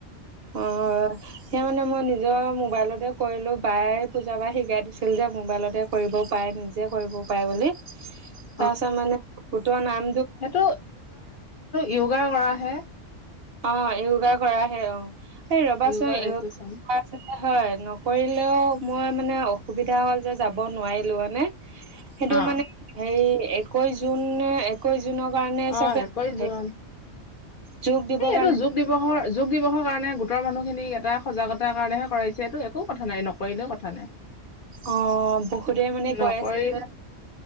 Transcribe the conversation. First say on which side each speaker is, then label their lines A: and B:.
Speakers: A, on the right; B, on the left.
A: অ সেই মানে মই নিজৰ মোবাইলতে কৰিলো বায়ে পূজা পৰা শিকাই দিছিল যে মোবাইলতে কৰিব পাৰে নিজে কৰিব পাৰে বুলি
B: অ
A: তাৰপাছত মানে গোট নাম
B: সেইটো য়গা কৰা হৈ
A: অ য়োগা কৰা হে অ এই ৰবাচোনয়
B: য়োগাৰ ৰেজিষ্ট্ৰেচন
A: হয় কৰিলেও মই মানে অসুবিধা হ'ল যে যাব নোৱাৰিলো মানে সেইটো
B: অ
A: মানে হে একৈশ জুন একৈশ জুনৰ কাৰণে
B: অ
A: চাগে
B: একৈশ জুন
A: হ যোগ দিৱস
B: এই এইটো
A: কাৰণে।
B: যোগ দিৱসৰ যোগ দিৱসৰ কাৰণে গোটৰ মানুহখিনিক এটা সজাগতাৰ কাৰণেহে কৰাইছে এইটো একো কথা নাই ন কৰিলেও কথা নাই
A: অ বহুতে মানে
B: নকৰিল
A: কৈ আছিল যে